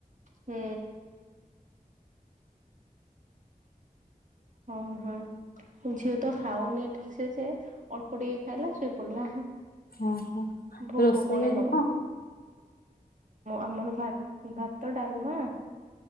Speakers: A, on the right (about 55°); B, on the left (about 75°).
A: ହୁଁ। ହଁ ହଁ <unintelligible> ତ ଖାାଉନି ଠିକ ସେ ଯେ ଅଳ୍ପ ଟିକେ ହେଲା ସୁପ କଲା ହଁ
B: ଓହୋ
A: ଭୋକ
B: ରୋଷେଇ
A: ପୁଣି
B: ଆଜି
A: ହବ
B: କଣ
A: ଆମର ଭାତ ଡାଲମା